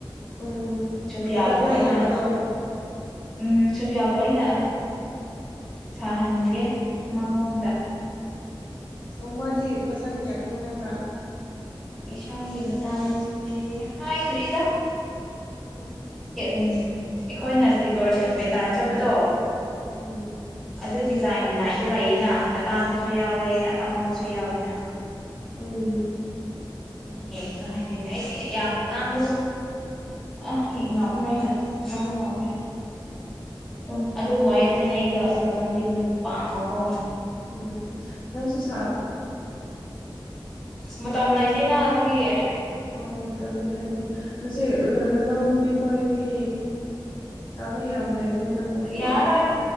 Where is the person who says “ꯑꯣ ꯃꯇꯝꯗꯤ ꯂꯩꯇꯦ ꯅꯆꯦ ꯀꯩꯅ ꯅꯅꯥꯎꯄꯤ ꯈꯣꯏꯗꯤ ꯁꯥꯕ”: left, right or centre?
Left